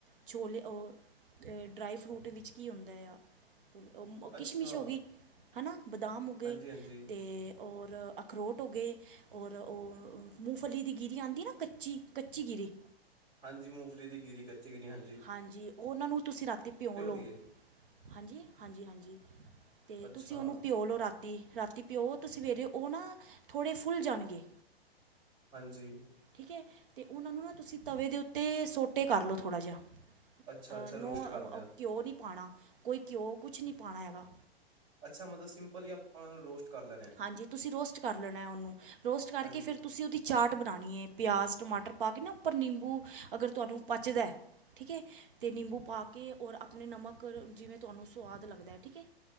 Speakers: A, on the right; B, on the right.
A: ਛੋਲੇ ਓ ਡਰਾਈ ਫਰੂਟ ਵਿੱਚ ਕੀ ਹੁੰਦਾ ਐ ਆ ਓ‌,
B: ਅੱਛਾ।
A: ਕਿਸ਼ਮਿਸ਼ ਹੋਗੀ ਹਨਾ, ਬਦਾਮ ਹੋਗੇ
B: ਹਾਂਜੀ-ਹਾਂਜੀ
A: ਤੇ ਔਰ ਅਖਰੋਟ ਹੋਗੇ, ਔਰ ਓ, ਮੁੂੰਫ ਫਲੀ ਦੀ ਗਿਰੀ ਆਂਦੀ ਆ ਨਾ ਕੱਚੀ, ਕੱਚੀ-ਗਿਰੀ।
B: ਹਾਂਜੀ, ਮੂੰਫਲੀ ਦੀ ਗਿਰੀ, ਕੱਚੀ ਗਿਰੀ ਹਾਂ
A: ਹਾਂਜੀ। ਓਹਨਾਂ ਨੂੰ ਤੁਸੀ ਰਾਤੀ ਭਿਓਂ ਲੋ।
B: ਦੀਏ
A: ਹਾਂਜੀ! ਹਾਂਜੀ-ਹਾਂਜੀ ਤੇ,
B: ਅੱਛਾ
A: ਤੁਸੀ ਓਨੂੰ ਭਿਂਓ ਲਓ ਰਾਤੀ ਰਾ ਤੇ ਭਿਓ ਤੁਸੀਂ ਉਹ, ਸਵੇਰੇ ਉਹ ਨਾ, ਥੋੜ੍ਹੇ ਫੁੱਲ ਜਾਣਗੇ।
B: ਹਾਂਜੀ।
A: ਠੀਕ ਹੈ? ਤੇ ਉਹਨਾਂ ਨੂੰ ਨਾ ਤੁਸੀਂ ਤਵੇ ਦੇ ਉੱਤੇ ਸੋਟੇ ਕਰ ਲਉ ਥੋੜ੍ਹਾ ਜਿਹਾ।
B: ਅੱਛਾ-ਅੱਛਾ
A: ਅਹ ਨੋ
B: ਰੋਸਟ ਕਰ ਲਿਆ
A: ਘਿਓ ਨਹੀਂ ਪਾਉਣਾ, ਕੋਈ ਘਿਓ ਕੁਛ ਨਹੀਂ ਪਾਉਣਾ ਹੈਗਾ।
B: ਅੱਛਾ ਮਤਲਬ ਸਿੰਪਲ ਈ ਆ ਉਹਨਾਂ ਨੂੰ ਰੋਸੂਟ ਕਰ ਲੈ।
A: ਹਾਂਜੀ ਤੁਸੀਂ ਰੋਸਟ ਕਰ ਲੈਣਾ ਉਹਨੂੰ। ਰੋਸਟ ਕਰਕੇ
B: ਹਾਂਜੀ
A: ਫਿਰ ਤੁਸੀਂ ਉਹਦੀ ਚਾਟ ਬਣਾਉਣੀ ਹੈ, ਪਿਆਜ਼, ਟਮਾਟਰ ਪਾ ਕੇ ਨਾ ਉੱਪਰ ਨਿੰਬੂ ਅਗਰ ਤੁਹਾਨੂੰ ਪਚਦੈ ਠੀਕ ਏ, ਤੇ ਨਿੰਬੂ ਪਾ ਕੇ ਓਰ ਆਪਨੇ ਨਮਕ ਅਰ ਜਿਵੇਂ ਤੁਹਾਨੂੰ ਸਵਾਦ ਲੱਗਦੈ ਠੀਕ ਏ।